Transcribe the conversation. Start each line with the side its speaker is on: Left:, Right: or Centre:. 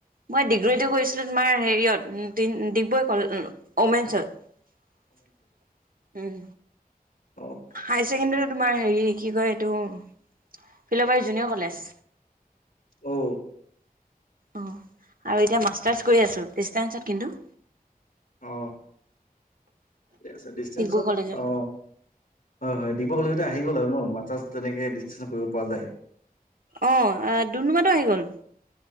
Right: মই ডিগ্ৰীটো কৰিছিলোঁ তোমাৰ হেৰিয়ত ডিগবৈ কলে ওমেনছত উম
Left: অ',
Right: হাই ছেকেণ্ডাৰী তোমাৰ হেৰি কি কয় এইটো ফিলবাৰী জুনিয়ৰ কলেজ
Left: অ
Right: অ আৰু এতিয়া মাষ্টাৰছ কৰি আছোঁ ডিছটেঞ্চত কিন্তু
Left: অ ঠিক আছে ডিচেঞ্চত
Right: ডিগবৈ কলেজত।
Left: অ হয় হয় দিব গ'লেও আহি গ'ল আৰু ন মাষ্টাৰ্ছ তেনেকে ডিছটেঞ্চ কৰিব পৰা যায়।
Right: অ ডুমডুমাটো আহি গ'ল